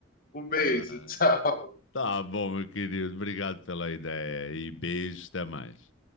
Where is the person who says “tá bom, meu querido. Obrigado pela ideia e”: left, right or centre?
Left